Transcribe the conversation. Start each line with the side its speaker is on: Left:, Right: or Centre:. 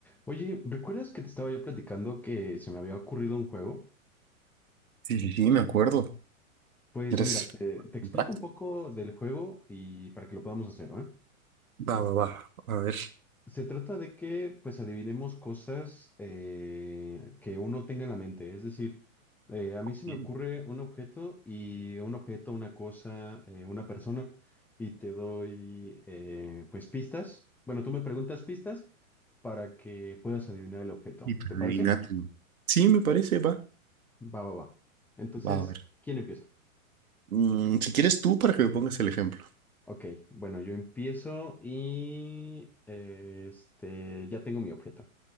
Centre: Oye, ¿recuerdas que te estaba yo platicando que se me había ocurrido un juego?
Right: Sí, sí, sí, me acuerdo.
Centre: Pues
Right: ¿Quieres
Centre: mira, te, te explico
Right: práctica?
Centre: un poco del juego y para que lo podamos hacer, ¿eh?
Right: Va, va, va. A ver.
Centre: Se trata de que pues adivinemos cosas eh, que uno tenga en la mente. Es decir, eh, a mí se
Right: Sí,
Centre: me ocurre un objeto y un objeto, una cosa, eh, una persona y te doy eh, pues pistas. Bueno, tú me preguntas pistas para que puedas adivinar el objeto.
Right: y para
Centre: ¿Te parece?
Right: adivinarlo. Sí, me parece, va.
Centre: Va, va, va. Entonces,
Right: Va, a ver.
Centre: ¿quién empieza?
Right: Mm, si quieres tú, para que me pongas el ejemplo.
Centre: Ok, bueno, yo empiezo y eh, este, ya tengo mi objeto.